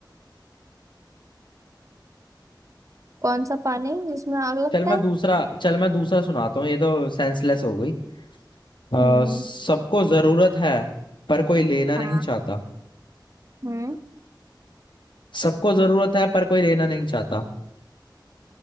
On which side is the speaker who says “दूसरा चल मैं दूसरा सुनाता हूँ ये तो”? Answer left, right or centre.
Left